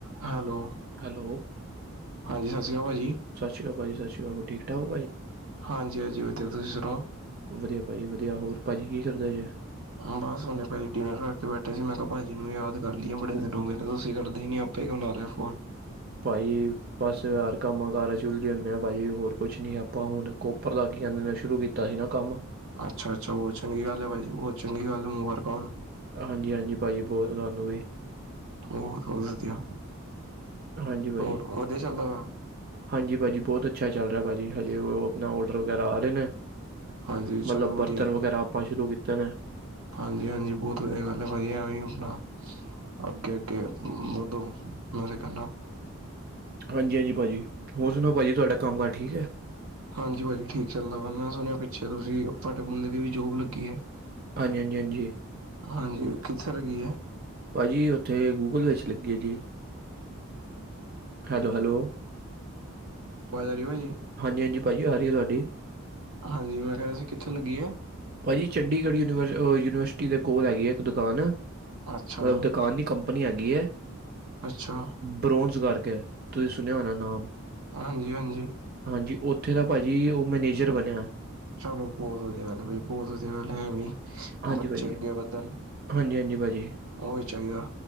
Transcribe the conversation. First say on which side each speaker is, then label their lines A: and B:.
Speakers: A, on the right; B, on the right.
A: Hello
B: hello
A: ਹਾਂ ਸਤਿ ਸ਼੍ਰ ਅਕਾਲ ਭਾਜੀ
B: ਸਤਿ ਸ੍ਰੀ ਅਕਾਲ ਭਾ ਜੀ ਸਤਿ ਸ਼੍ਰੀ ਅਕਾਲ ਠੀਕ ਠਕ
A: ਹਾਂਜੀ ਹਾਂਜੀ ਵਧੀਆ ਤੁਸੀਂ ਸੁਣਾਓ
B: ਵਧੀਆ ਭਾਜੀ ਵਧੀਆ ਹੋਰ ਭਾਜੀ ਕੀ ਕਰਦਾ ਜੇ
A: ਬਸ ਹੇ ਭਾਜੀ ਡਿਨਰ ਕਰਕੇ ਬੈਠੇ ਸੀ ਮੈਂ ਕਿਹਾ ਭਾਜੀ ਨੂੰ ਯਾਦ ਕਰ ਲਈਏ ਬੜੇ ਦਿਨ ਹੋ ਗਏ ਨੇ ਤੁਸੀਂ ਕਰਦੇ ਹੀ ਨੀ ਆਪ ਪੇ ਕਣਾ ਫੋਨ
B: ਭਾਜੀ, ਬਸ ਹਰ ਕੰਮ ਕਾਰ ਉਲਝੇ ਹੁੰਦੇ ਆ ਭਾਜੀ ਹੋਰ ਕੁਛ ਨੀ ਆਪਾਂ ਹੁਣ ਕੋਪਰ ਦਾਗੀਆਂ ਨੇ ਸ਼ੁਰੂ ਕੀਤਾ ਸੀ ਨਾ ਕੰਮ
A: ਅੱਛਾ ਅੱਛਾ ਉਹ ਚੰਗੀ ਗੱਲ ਹੈ ਭਾਈ, ਉਹ ਚੰਗੀ ਗੱਲ ਹੈ ਮੁਬਾਰਕਾਂ ਹੋਣ
B: ਹਾਂਜੀ ਹਾਂਜੀ ਭਾਜੀ ਬਹੁਤ ਤੁਹਾਨੂੰ ਵੀ
A: ਹੋ ਹੋ ਵਧੀਆ,
B: ਹਾਂਜੀ ਭਾਜੀ
A: ਹੋਰ ਉਹਧਾ ਚੱਲਦਾ ਵਾ
B: ਹਾਂਜੀ ਭਾਅ ਜੀ ਬਹੁਤ ਅੱਛਾ ਚੱਲ ਰਿਹਾ ਭਾਅ ਜੀ ਹਜੇ ਉਹ ਆਪਣਾ ਔਡਰ ਵਗੈਰਾ ਆ ਰਹੇ ਨੇ
A: ਹਾਂਜੀ ਚਲੋ
B: ਮਤਲਬ ਬਰਤਨ
A: ਵਧੀਆ
B: ਵਗੈਰਾ ਆਪਾਂ ਸ਼ੁਰੂ ਕੀਤੇ ਨੇ
A: ਹਾਂਜੀ ਹਾਂਜੀ ਬਹੁਤ ਵਧੀਆ ਗੱਲ ਹੈ ਭਾਈ ਐਵੇ ਆਪਣਾ, ਅੱਗੇ ਅੱਗੇ ਵਧੋ ਮੈਂਰੇਖਦਾ
B: ਹਾਂਜੀ ਹਾਂਜੀ ਭਾਜੀ ਹੋਰ ਸੁਣੋ ਭਾਜੀ ਤੁਹਾਡਾ ਕੰਮ ਕਾਰਜ ਠੀਕ ਹੈ
A: ਹਾਂਜੀ ਭਾਜੀ ਠੀਕ ਚੱਲਦਾ ਵਾ ਮੈਂ ਸੁਣਿਆ ਪਿੱਛੇ ਤੁਸੀਂ ਤੁਹਾਡੇ ਮੁੰਡੇ ਦੀ ਵੀ ਜੋਬ ਲੱਗੀ ਹੈ
B: ਹਾਂਜੀ ਹਾਂਜੀ ਹਾਂਜੀ
A: ਹਾਂਜੀ ਕਿੱਥੇ ਰੈਗੀ ਹੈ
B: ਭਾਅ ਜੀ ਉੱਥੇ ਗੂਗਲ ਵਿੱਚ ਲੱਗੀ ਹੈ ਜੀ ਹੈਲੋ ਹੈਲੋ
A: ਬਜ਼ਾਰੀਵਾ ਜੀ
B: ਹਾਂਜੀ ਹਾਂਜੀ ਭਾਅ ਜੀ ਆ ਰਹੀ ਹੈ ਤੁਹਾਡੀ
A: ਹਾਂਜੀ ਮੈਂ ਕਹਿ ਰਿਹਾ ਸੀ ਕਿੱਥੇ ਲੱਗੀ ਹੈ
B: ਭਾਅਜੀ ਚੰਡੀਗੜ੍ਹ ਯੂਨੀ ਯੂਨੀਵਰਸਿਟੀ ਦੇ ਕੋਲ ਹੈਗੀ ਆ ਇੱਕ ਦੁਕਾਨ
A: ਅੱਛਾ
B: ਮਤਲਬ ਦੁਕਾਨੀ ਕੰਪਨੀ ਐਗੀ ਹੈ
A: ਅੱਛਾ
B: ਬਰੋਂਸ ਕਰਕੇ ਹੈ, ਤੁਸੀਂ ਸੁਣਿਆ ਹੋਨਾ ਨਾਮ
A: ਹਾਂਜੀ ਹਾਂਜੀ
B: ਹਾਂਜੀ ਉੱਥੇ ਦਾ ਭਾਜੀ ਉਹ ਮੈਨੇਜਰ
A: ਚ-
B: ਬਣਿਆ
A: ਚਲੋ ਬਹੁਤ ਧਿਆਲ -ਬਹੁਤ ਧਿਆਲ ਹੈ ਵੀ
B: ਹਾਂਜੀ
A: ਬੱਚੇ
B: ਭਾਜੀ
A: ਅੱਗੇ ਵਧਣ,
B: ਹਾਂਜੀ ਹਾਂਜੀ ਭਾਜੀ
A: ਉਹੀ ਚਾਹੀਦਾ।